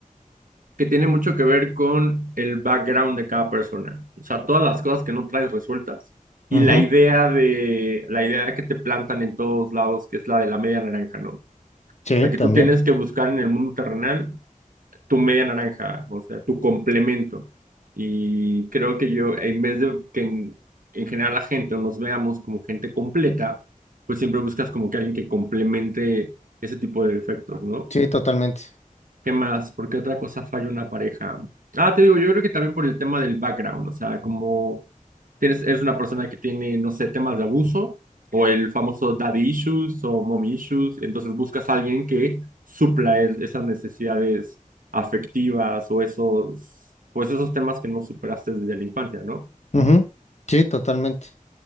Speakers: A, on the right (about 75°); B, on the left (about 50°).
A: que tiene mucho que ver con el background de cada persona, o sea, todas las cosas que no traes resueltas y
B: Ujú,
A: la idea de la idea que te plantan en todos lados, que es la de la media naranja, ¿no? O
B: Sí,
A: sea,
B: también.
A: que tú tienes que buscar en el mundo terrenal tu media naranja, o sea, tu complemento. Y creo que yo, en vez de que en, en general la gente o nos veamos como gente completa, pues siempre buscas como que alguien que complemente ese tipo de defectos, ¿no?
B: Sí, totalmente.
A: ¿Qué más? ¿Por qué otra cosa falla una pareja? Ah, te digo, yo creo que también por el tema del background, o sea, como tienes, eres una persona que tiene, no sé, temas de abuso o el famoso daddy issues o mom issues, entonces buscas a alguien que supla el- esas necesidades afectivas o esos, pues esos temas que no superaste desde la infancia, ¿no?
B: Ujú, Sí, totalmente.